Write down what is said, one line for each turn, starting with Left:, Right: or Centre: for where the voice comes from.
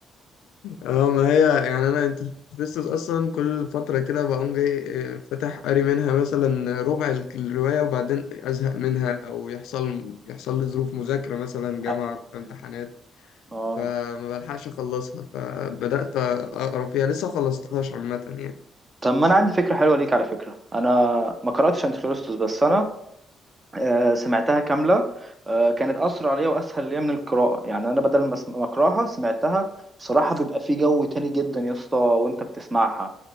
Left: اه ما هي يعني انا انت لسه اصلا كل فتره كده بقوم جاي آه، فاتح قاري منها مثلا ربع ال- الروايه وبعدين ازهق منها او يحصل يحصل لي ظروف مذاكره مثلا جامعه
Right: <laughs> أيوة.
Left: في امتحانات
Right: أيوة. آه
Left: فما بلحقش اخلصها فبدات اقرا فيها لسه ما خلصتهاش عامه يعني
Right: طب ما أنا عندي فكرة حلوة ليك على فكرة أنا ما قرأتش أنتي خريستوس بس أنا آه، سمعتها كاملة آه، كانت أسرع ليا وأسهل ليا من القراءة يعني أنا بدل ما أسم- ما أقرأها سمعتها بصراحة بيبقى في جو تاني جدا يا اسطى وأنت بتسمعها